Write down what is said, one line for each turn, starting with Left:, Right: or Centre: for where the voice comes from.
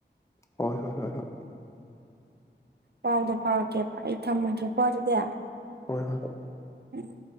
Left: ꯍꯣꯏ ꯍꯣꯏ ꯍꯣꯏ ꯍꯣꯏ
Right: ꯄꯥꯎꯗꯣ ꯐꯥꯎꯔꯛꯀꯦꯕ ꯑꯩ ꯊꯝꯃꯒꯦꯀꯣ ꯑꯗꯨꯗꯤ
Left: ꯍꯣꯏ ꯍꯣꯏ ꯍꯣꯏ
Right: ꯎꯝ